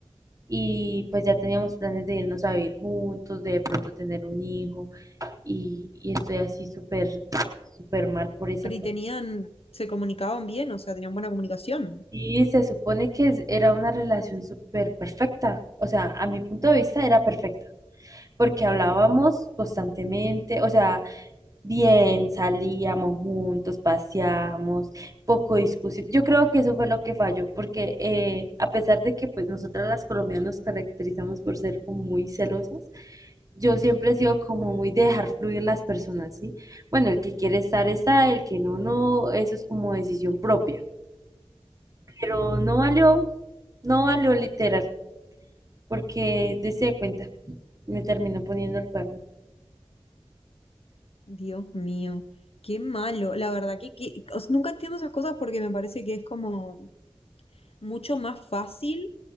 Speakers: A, on the right; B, on the left.
A: y pues ya teníamos planes de irnos a vivir juntos, de pronto tener un hijo y, y estoy así súper, súper mal por esa
B: Pero
A: cosa.
B: y tenían, se comunicaban bien, o sea, tenían buena comunicación.
A: Y se supone que es- era una relación súper perfecta, o sea, a mi punto de vista era perfecta porque hablábamos constantemente, o sea, Bien, salíamos juntos, paseamos, poco discusión. Yo creo que eso fue lo que falló, porque eh, a pesar de que pues nosotras las colombianas nos caracterizamos por ser como muy celosas, yo siempre he sido como muy de dejar fluir las personas, ¿sí? Bueno, el que quiere estar está, el que no, no, eso es como decisión propia. Pero no valió, no valió literal, porque dése cuenta, me terminó poniendo el cuerno.
B: Dios mío, qué malo. La verdad que, que- o sea, nunca entiendo esas cosas porque me parece que es como mucho más fácil